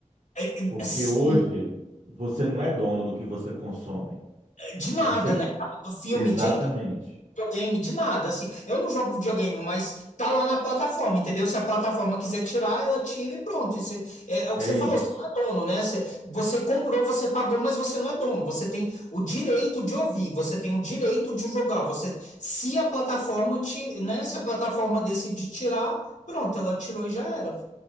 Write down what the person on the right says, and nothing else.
Porque
hoje você não é dono do que você consome.
Você,
exatamente,
é
isso.